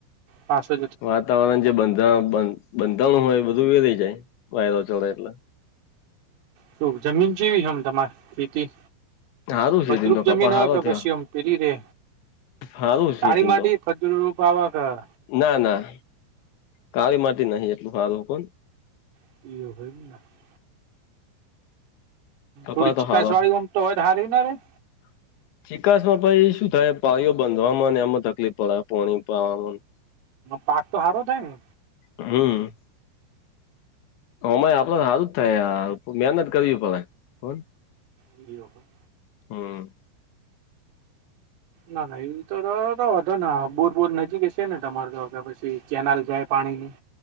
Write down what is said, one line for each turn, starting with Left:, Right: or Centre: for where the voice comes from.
Right: પાચો
Left: વાતાવરણ જે બંધા બંધાણું હોય એ બધું વ રઈ જાય વાયરો ચડે એટલે
Right: શ જમીન જેવી છેમ તમારે ખેતી
Left: હારું
Right: ભદ્રુક
Left: છે તીમ તો
Right: જમીન
Left: કપા
Right: હ
Left: હારો
Right: ક
Left: થયો
Right: પશ્યમ પેરી રે
Left: હારું
Right: તાળી
Left: છે તીમ તો
Right: ખજૂ રૂપવા ખ
Left: ના ના કાળી માટેટી નહીિ એટલું સારું કો
Right: <unintelligible>
Left: કપા
Right: થોડી
Left: તો
Right: ચીકાસ
Left: હારો
Right: વાળી ગમ તો હોય હારી ના રે
Left: <inaudible> ચિકાસમાં ભાઈ શું થાય પાળીઓ બાંધવામાં એમાં તકલીફ પડે પાણી પાવામાં
Right: પાક તો હારો થાય ને
Left: હમ અમા આપડ સારું જ થાય મહેનત કરવી પડ કોણ
Right: વિડીયો પણ
Left: હમ
Right: ના ના એ રતોતો હતો ને બુરપુર નજીક છે ને તમાર તો પછી કેનાલ જાય પાણીની